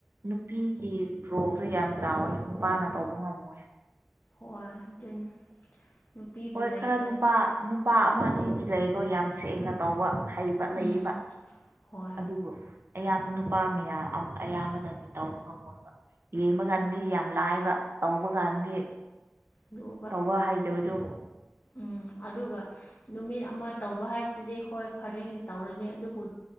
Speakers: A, on the right; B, on the left.
A: ꯅꯨꯄꯤꯒꯤ ꯔꯣꯜꯁꯨ ꯌꯥꯝ ꯆꯥꯎꯋꯦ ꯅꯨꯄꯥꯅ ꯇꯧꯕ ꯉꯝꯃꯣꯏ
B: ꯍꯣꯏꯣꯏ ꯑꯗꯨꯅ ꯅꯨꯄꯤꯕꯨ
A: ꯍꯣꯏ
B: ꯂꯩꯇ꯭ꯔꯗꯤ
A: ꯈꯔ ꯅꯨꯄꯥ ꯅꯨꯨꯄꯥ ꯑꯃ ꯑꯅꯤꯗꯤ ꯂꯩꯀꯣ ꯌꯥꯝ ꯁꯦꯡꯅ ꯇꯧꯕ ꯍꯩꯕ ꯂꯩꯕ
B: ꯎꯝ ꯍꯣꯏ
A: ꯑꯗꯨꯕꯨ ꯑꯌꯥꯝꯕ ꯅꯨꯄꯥ ꯃꯌꯥꯝ ꯑꯌꯥꯝꯕꯅꯗꯤ ꯇꯧꯕ ꯉꯝꯃꯣꯏꯕ ꯌꯦꯡꯕ ꯀꯥꯟꯗꯤ
B: ꯍꯣꯏ
A: ꯌꯥꯝ ꯌꯥꯝ ꯂꯥꯏꯕ ꯇꯧꯕ ꯀꯥꯟꯗꯤ
B: ꯌꯣꯕ
A: ꯇꯧꯕ ꯍꯩꯖꯕꯗꯣ
B: ꯎꯝ ꯑꯗꯨꯒ ꯅꯨꯃꯤꯠ ꯑꯃ ꯇꯧꯕ ꯍꯥꯏꯕꯁꯤꯗꯤ ꯍꯣꯏ ꯐꯔꯦꯅꯦ ꯇꯧꯔꯒꯦ ꯑꯗꯨꯕꯨ